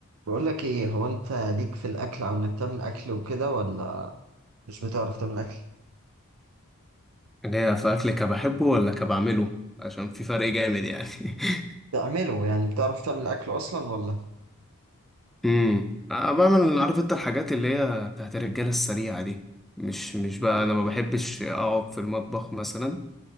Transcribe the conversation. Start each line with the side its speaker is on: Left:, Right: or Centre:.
Right: بقول لك ايه هو انت ليك في الاكل او انك تعمل اكل وكده ولا مش بتعرف تعمل اكل
Centre: اللي هي في اكل كبحبه ولا كبعمله عشان في فرق جامد يعني <laughs>
Right: تعمله يعني بتعرف تعمل اكل اصلا ولا
Centre: امم أنا بعمل عارف انت الحاجات اللي هي بتاعت الرجاله السريعه دي مش مش بقى
Right: خفيف
Centre: انا ما بحبش اقعد في المطبخ مثلا